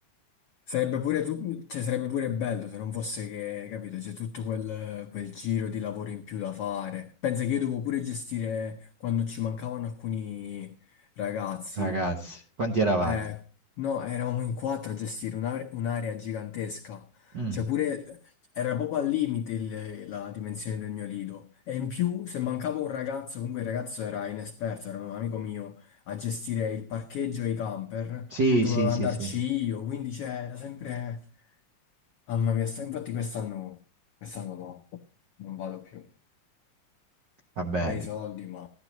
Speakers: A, on the left; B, on the right.
A: Sarebbe pure, tu- cioè, sarebbe pure bello se non fosse che, capito, c'è tutto quel, quel giro di lavoro in più da fare. Pensa che io devo pure gestire quando ci mancavano alcuni ragazzi.
B: Ragazzi, quanti eravate?
A: Eh, no, eravamo in quattro a gestire un'are- un'area gigantesca.
B: Mm,
A: Cioè pure, era proprio al limite il- la dimensione del mio lido. E in più, se mancava un ragazzo, comunque il ragazzo era inesperto, era un amico mio, a gestire il parcheggio e i camper
B: Sì,
A: dovevo
B: sì,
A: andarci
B: sì, sì.
A: io, quindi c'era sempre... Mamma mia, sta- infatti quest'anno quest'anno no, non vado più.
B: Vabbè,
A: Bei soldi, ma...